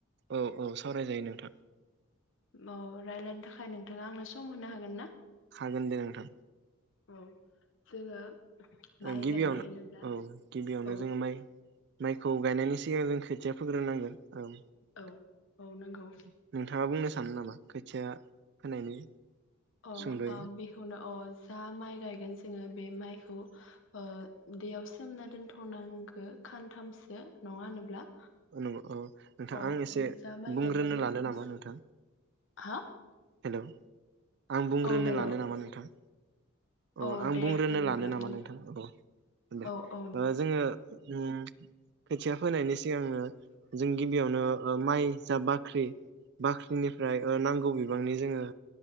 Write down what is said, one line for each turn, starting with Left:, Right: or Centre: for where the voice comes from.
Right: औ औ सावरायजायो नोंथां।
Left: औ रायलायनो थाखाय नोंथाङा आंनो सम होनो हागोन ना?
Right: हागोन दे नोंथां।
Left: औ जोङो माइ
Right: गिबियावनो
Left: गायनाय होनोब्ला
Right: औ गिबियावनो
Left: औ
Right: जोङो माइ माइखौ गायनायनि सिगां जों खोथिया फोग्रोनांगोन औ नोंथाङा
Left: औ औ नंगौ
Right: बुंनो सानो नामा खोथिया फोनायनि
Left: औ
Right: सुंद'यै
Left: आ बेखौनो अ जा माइ गायगोन जोङो बे माइखौ ओ दैयाव सोमना दोनथ'नांगो खानथामसो नङा होनोब्ला?
Right: नंगौ औ नोंथां
Left: औ
Right: आं एसे
Left: जा माइ
Right: बुंग्रोनो
Left: गायगोन
Right: लानो
Left: बेखौ
Right: नामा नोंथां?
Left: हा
Right: हेलौ आं बुंग्रोनो
Left: औ हेल'
Right: लानो नामा नोंथां? अ
Left: औ
Right: आं
Left: दे
Right: बुंग्रोनो
Left: होनब्ला
Right: लानो नामा
Left: बुं
Right: नोंथां? औ दे
Left: औ औ
Right: जोङो उम खोथिया फोनायनि सिगांनो जों गिबियावनो ओ माइ जा बाख्रि बाख्रिनिफ्राय ओ नांगौ बिबांनि जोंङो